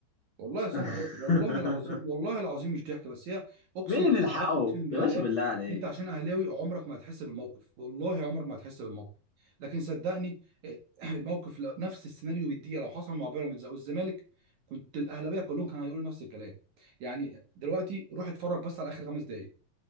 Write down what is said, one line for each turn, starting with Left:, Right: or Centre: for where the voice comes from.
Right: والله يا صاحبي
Left: <laughs>
Right: والله العظيم والله العظيم مش ضحك بس هي اقسم
Left: مين اللي نلحقه
Right: بالله اقسم بالله
Left: يا باشا بالله عليك
Right: انت عشان اهلاوي عمرك ما هتحس بالموقف والله عمرك ما هتحس بالموقف لكن صدقني إيه، <clears throat> الموقف لو- نفس السيناريو بالدقيقه لو حصل مع بيراميدز او الزمالك كنت الاهلاويه كلهم كانوا هيقولوا نفس الكلام يعني دلوقتي روح اتفرج بس على اخر خمس دقائق